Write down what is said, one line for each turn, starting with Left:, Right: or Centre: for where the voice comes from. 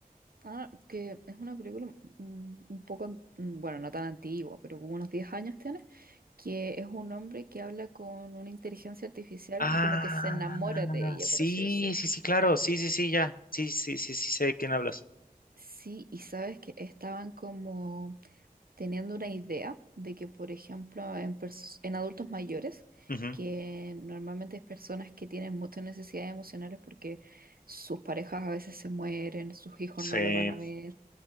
Right: Ah, que es una película mm, un poco, an- mm, bueno, no tan antigua, pero como unos 10 años tiene, que es un hombre que habla con una inteligencia artificial
Left: Ah,
Right: y como que se enamora de ella,
Left: sí,
Right: por así decirlo.
Left: sí, sí, claro, sí, sí, sí, ya, sí, sí, sí, sí, sé de quién hablas.
Right: Sí, y sabes que estaban como teniendo una idea de que, por ejemplo, en, pers- en adultos mayores,
Left: Ujú,
Right: que normalmente es personas que tienen muchas necesidades emocionales porque sus parejas a veces se mueren, sus hijos
Left: Sí.
Right: no lo van a ver.